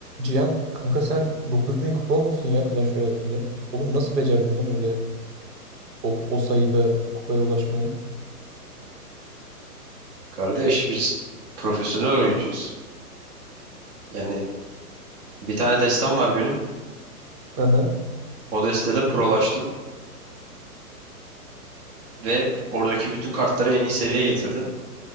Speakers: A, on the right; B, on the right.
A: Cihan kanka sen 9000 kupa olmuşsun ya Clash Royale'de. Oğlum nasıl becerdin lan öyle o, o sayıda kupaya ulaşmayı?
B: Kardeş biz profesyonel oyuncuyuz. Yani bir tane destem var benim.
A: Hı hı.
B: O destede prolaştım ve oradaki bütün kartları en iyi seviyeye getirdim.